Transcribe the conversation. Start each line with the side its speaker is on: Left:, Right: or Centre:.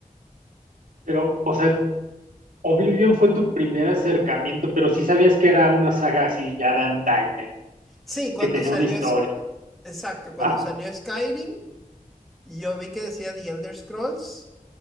Right: Pero, o sea, Oblivion fue tu primer acercamiento, pero sí sabías que era una saga así ya de antaña
Centre: Sí,
Right: y
Centre: cuando
Right: que tenía
Centre: salió,
Right: una historia.
Centre: es- exacto, cuando
Right: Ah,
Centre: salió Skyrim, yo vi que decía The Elder Scrolls